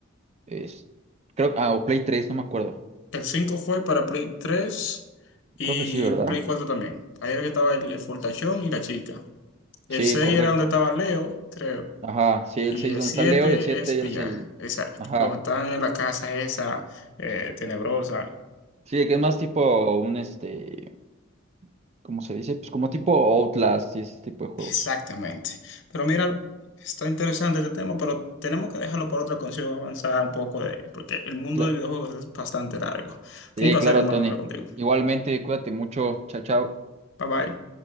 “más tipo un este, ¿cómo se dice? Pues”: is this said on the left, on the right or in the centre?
Right